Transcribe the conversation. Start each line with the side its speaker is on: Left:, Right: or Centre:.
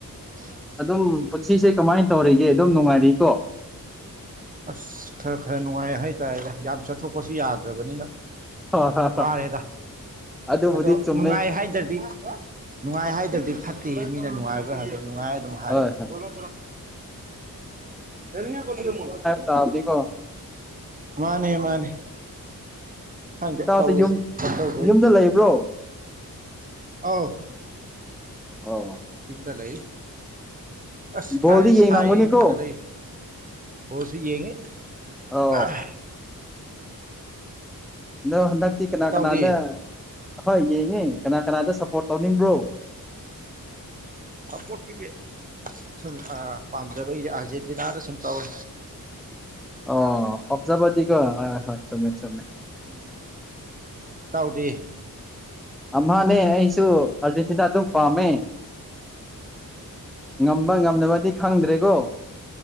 Right: ꯑ <unintelligible>
Centre: ꯑꯗꯨꯝ ꯄꯨꯟꯁꯤꯁꯦ ꯀꯃꯥꯏꯅ ꯇꯧꯔꯤꯒꯦ ꯑꯗꯨꯝ ꯅꯨꯡꯉꯥꯏꯔꯏꯀꯣ
Right: ꯑꯁ ꯈꯔ ꯈꯔ ꯅꯨꯡꯃ ꯍꯥꯏ ꯇꯥꯏ ꯌꯥ ꯆꯠꯊꯣꯛꯄꯁꯨ ꯌꯥꯗ꯭ꯔꯕꯅꯤꯅ
Centre: ꯍꯣꯏ ꯍꯣꯏ ꯍꯣꯏ
Right: ꯋꯥꯔꯦꯗ
Centre: ꯑꯗꯨꯕꯨꯗꯤ
Right: ꯑꯗꯣ
Centre: ꯆꯨꯝꯃꯤ
Right: ꯅꯨꯡꯉꯥꯏ ꯍꯥꯏꯗ꯭ꯔꯗꯤ ꯅꯨꯡꯉꯥꯏ ꯍꯥꯏꯗ꯭ꯔꯗꯤ ꯐꯠꯇꯦ ꯌ‌ꯦ ꯃꯤꯅ ꯅꯨꯡꯉꯥꯏꯕ꯭ꯔꯥ ꯍꯥꯏꯕꯗ ꯅꯨꯡꯉꯥꯏ ꯍꯥꯏꯣꯂꯣ
Centre: ꯍꯣꯏ ꯍꯣꯏ
Right: ꯊꯂꯣꯌꯥ ꯀꯣ <unintelligible>
Centre: ꯇꯕꯗꯤꯀꯣ
Right: ꯃꯥꯅꯦ ꯃꯥꯅꯦ ꯈꯪꯗꯦ
Centre: ꯏꯇꯧꯁꯦ
Right: ꯇꯧꯔꯤꯁꯦ
Centre: ꯌꯨꯝ
Right: ꯀꯝꯗꯧꯗꯣꯏꯅꯣ
Centre: ꯌꯨꯝꯗ ꯂꯩꯕ꯭ꯔꯣ
Right: ꯑꯥꯎ
Centre: ꯑꯣ
Right: ꯌꯨꯝꯗ ꯂꯩ ꯑꯁ ꯁꯥꯏꯌꯦ
Centre: ꯕꯣꯜꯗꯤ ꯌꯦꯡꯉꯝꯒꯅꯤꯀꯣ
Right: ꯁꯥꯏꯌꯦ ꯏꯃꯨꯡꯗ ꯂꯩꯌꯦ ꯕꯣꯜꯁꯨ ꯌꯦꯡꯉꯤ
Centre: ꯑꯧ
Right: ꯑꯥ
Centre: ꯑꯗꯣ ꯍꯟꯗꯛꯇꯤ ꯀꯅꯥ
Right: ꯏꯇꯥꯎꯗꯤ
Centre: ꯀꯅꯥꯗ ꯑꯍꯣꯏ ꯌꯦꯡꯉꯤ ꯀꯅꯥ ꯀꯅꯥꯗ ꯁꯞꯄꯣꯔꯠ ꯇꯧꯅꯤꯡꯕ꯭ꯔꯣ
Right: ꯁꯥꯄꯣꯔꯠꯀꯤꯗꯤ ꯁꯨꯝ ꯑꯥ ꯄꯥꯝꯖꯕꯒꯤꯗꯤ ꯑꯥꯔꯖꯦꯟꯇꯤꯅꯥꯗ ꯁꯨꯝ ꯇꯧꯋꯦ
Centre: ꯑꯣ ꯄꯥꯝꯖꯥꯕꯗꯤꯀ‌ꯣ ꯍꯣꯏ ꯍꯣꯏ ꯆꯨꯝꯃꯦ ꯆꯨꯝꯃꯦ
Right: ꯎꯝ ꯏꯇꯥꯎꯗꯤ
Centre: ꯑꯝꯍꯥꯅꯦ ꯑꯩꯁꯨ ꯑꯥꯔꯖꯦꯟꯇꯤꯅꯥ ꯑꯗꯨꯝ ꯄꯥꯝꯃꯦ ꯉꯝꯕ ꯉꯝꯗꯕꯗꯤ ꯈꯪꯗ꯭ꯔꯦꯀꯣ